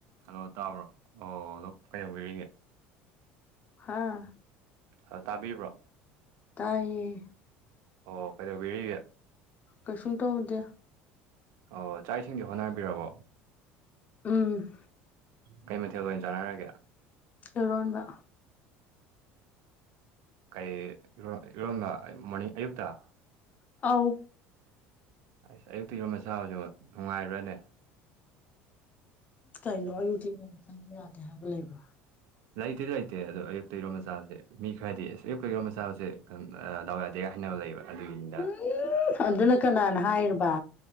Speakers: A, on the right; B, on the left.
A: Hello ꯇꯥꯕ꯭ꯔꯣ ꯑꯣ hello ꯀꯩꯗꯧꯕꯤꯔꯤꯒꯦ?
B: ꯍꯥꯥ
A: ꯍꯥ ꯇꯥꯕꯤꯕ꯭ꯔꯣ?
B: ꯇꯥꯏꯌꯦ
A: ꯑꯣ ꯀꯩꯗꯧꯕꯤꯔꯤꯒꯦ?
B: ꯀꯩꯁꯨꯡ ꯇꯧꯗꯦ꯫
A: ꯑꯣ ꯆꯥꯛ ꯏꯁꯤꯡꯗꯤ ꯍꯣꯠꯅꯕꯤꯔꯕꯣ?
B: ꯎꯝ
A: ꯀꯩ ꯃꯊꯦꯜ ꯑꯣꯏꯅ ꯆꯥꯅꯔꯒꯦ?
B: ꯑꯦꯔꯣꯟꯕ
A: ꯀꯩ ꯏꯔꯣꯟ ꯏꯔꯣꯟꯕ ꯑꯩ ꯃꯣꯔꯅꯤꯡ ꯑꯌꯨꯛꯇ?
B: ꯑꯧ
A: ꯑꯩꯁ ꯑꯌꯨꯛꯇ ꯏꯔꯣꯟꯕ ꯆꯥꯕꯁꯤꯕꯨ ꯅꯨꯡꯉꯥꯏꯕ꯭ꯔꯅꯦ?
B: ꯀꯩꯅꯣ ꯑꯌꯨꯛꯇ ꯏꯔꯣꯟꯕ ꯆꯥꯕ ꯌꯥꯗꯦ ꯍꯥꯏꯕ ꯂꯩꯕ꯭ꯔꯣ
A: ꯂꯩꯇꯦꯗ ꯂꯩꯇꯦ ꯑꯗꯣ ꯑꯌꯨꯛꯇ ꯏꯔꯣꯟꯕ ꯆꯥꯕꯁꯦ ꯃꯤ ꯈꯔꯗꯤ ꯏꯁ ꯑꯌꯨꯛꯇ ꯏꯔꯣꯟꯕ ꯆꯥꯕꯁꯦ ꯑꯝ ꯑꯥ ꯗꯥꯎ ꯌꯥꯗꯦꯒ ꯍꯥꯏꯅꯕ ꯂꯩꯕ ꯑꯗꯨꯒꯤꯅꯤꯗ
B: <unintelligible> ꯑꯗꯨꯅ ꯀꯅꯥꯅ ꯍꯥꯏꯔꯕ?